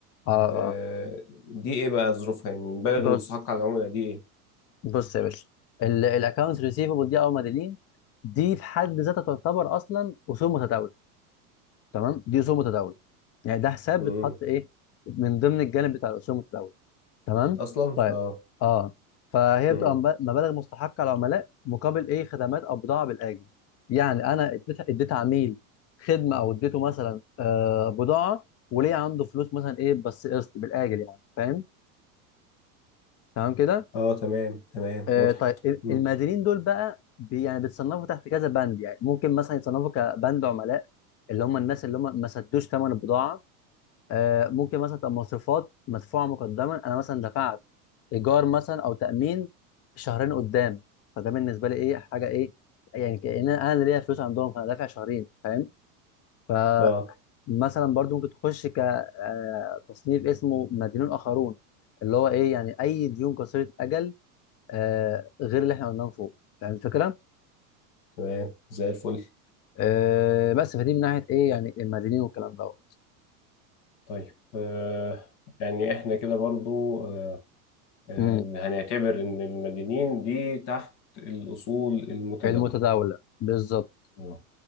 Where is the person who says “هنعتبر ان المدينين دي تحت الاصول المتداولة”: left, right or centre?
Left